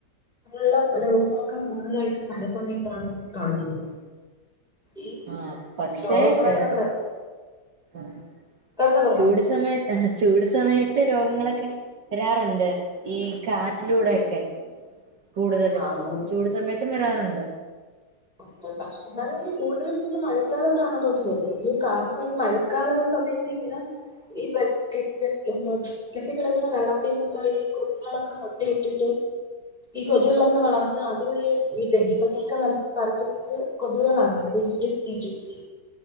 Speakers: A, in the centre; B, on the right.
A: ഉള്ള പെടുങ്ങൾ ഒക്കെ കൂടുതാലായിട്ടും പല സമയത്താണ് കാണുന്നത് ഈ
B: ആഹ് പക്ഷെ
A: രോഗങ്ങളൊക്കെ
B: ഏർ
A: പ്രതി
B: ആഹ്
A: പറഞ്ഞോ പറഞ്ഞോ
B: ചൂട് സമയത്താ ചൂട് സമയ രോഗങ്ങളൊക്കെ വരാറു ണ്ട് ഈ കാറ്റിലൂടെക്കെ കൂടുതലും
A: ആഹ്
B: ചൂട് സമയത്തും വരാറുണ്ട്
A: ണ്ട് പക്ഷെ എന്നാലും കൂടുതലും തോ മഴക്കാലത്താണന്ന് തോന്ന് വരുന്നത്. ഈ കാരണം ഈ മഴക്കാല സമയത്ത് ഇങ്ങനെ ഈ എന്താ കെട്ട കിടക്കുന്ന വെള്ളത്തിൽന്നൊക്കെ ഈ കൊതുകളൊക്കെ മൊട്ടയിട്ടിട്ട് ഈ കൊതുകളൊക്കെ വളർന്ന് അതുവഴി ഈ ഡങ്കിപ്പനിക്കെ പരത്തുന്നത് കൊതുകുകളാണെന്ന് ഇംഗ്ലീഷ് ഈജിപ്തി